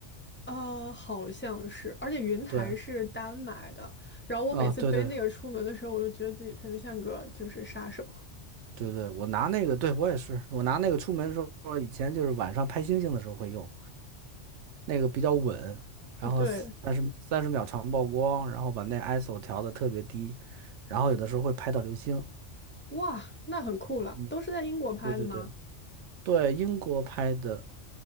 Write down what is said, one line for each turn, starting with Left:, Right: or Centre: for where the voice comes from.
Left: 呃，好像是，而且云台是单买的，
Right: 对。
Left: 然后我每次背那个出门的时候，
Right: 啊，对对
Left: 我都觉得自己特别像个就是杀手。
Right: 对对，我拿那个，对，我也是，我拿那个出门的时候，以前就是晚上拍星星的时候会用，那个比较稳，然后三十三十秒长曝光，
Left: <laughs> 对，
Right: 然后把那 ISO 调的特别低，然后有的时候会拍到流星。
Left: 哇，那很酷了，
Right: 嗯，
Left: 都是在英国拍的吗？
Right: 对对对对，英国拍的，